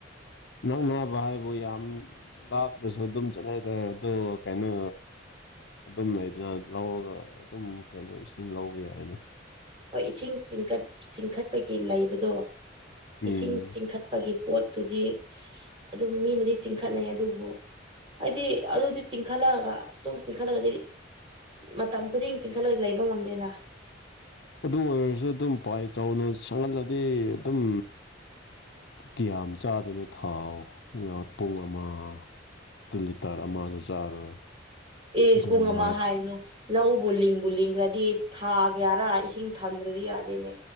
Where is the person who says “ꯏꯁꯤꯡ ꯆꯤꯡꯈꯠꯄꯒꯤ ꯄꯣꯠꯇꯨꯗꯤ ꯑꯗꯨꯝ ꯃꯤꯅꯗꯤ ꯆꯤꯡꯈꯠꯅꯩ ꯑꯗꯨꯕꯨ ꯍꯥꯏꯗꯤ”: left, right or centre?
Right